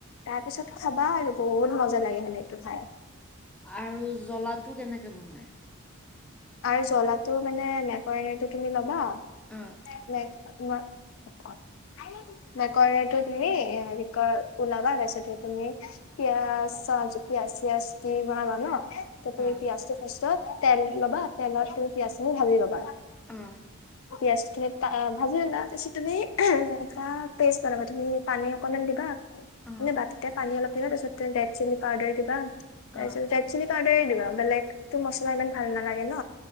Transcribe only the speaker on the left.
তাৰ পিছতো খাবা আৰু, বহুত মজা লাগে সেনেকে খাই।
আৰু জ্বলাটো মানে মেকৰেণিটো তুমি ল'বা
<unintelligible> মেকৰণীতো তুমি, হেৰি কৰি ওলাবা, তাৰপিছতে তুমি পিয়াজ জুপি আছি আচিল বনাবা ন। তাৰ পৰা
তুমি পিয়াজটো ফাৰ্ষ্টত, তেল ল'বা, তেলত তুমি পিয়াজটো ভাজি ল'বা
পিঁয়াজখিনি টা এ, ভাজি ল'লা তাৰপিছত, তুমি <unintelligible> এটা পেষ্ট বনাবা তুমি, পানী অকণমান দিবা।
মানে বাতিতে পানী অলপ দিবা, তাৰ পিছতে ৰেড চিলি পাউদাৰ দিবা, তাৰ
পিছত ৰেড চিলি পাউদাৰ সেই দিবা। বেলেগটো মছলা ইমান ভাল নালাগে ন।